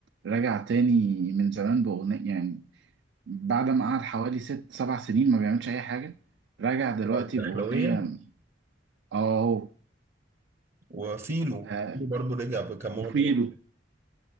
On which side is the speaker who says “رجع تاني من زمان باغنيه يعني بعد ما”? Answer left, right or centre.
Right